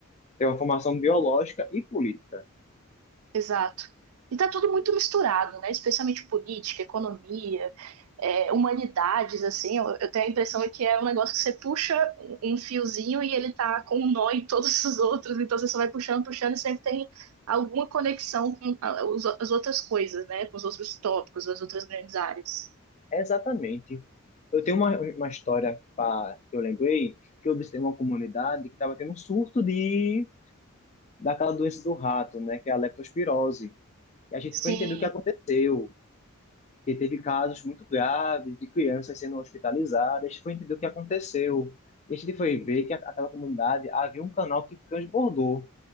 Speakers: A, on the left; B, on the right.
A: ter uma formação biológica e política.
B: Exato. E tá tudo muito misturado, né? Especialmente política, economia, é, humanidades, assim. Eu, eu tenho a impressão que é um negócio que você puxa um um fiozinho e ele tá com um nó em todos os outros, então você só vai puxando, puxando e sempre tem alguma conexão com a- os- as outras coisas, né? Com os outros tópicos, as outras grandes áreas.
A: Exatamente. Eu tenho uma, uma história pra, que eu lembrei, que eu visitei uma comunidade que estava tendo um surto de daquela doença do rato, né, que é a leptospirose. E a gente
B: Sim.
A: foi entender o que aconteceu, que teve casos muito graves de crianças sendo hospitalizadas, a gente foi entender o que aconteceu. E a gente foi ver que a- aquela comunidade havia um canal que transbordou.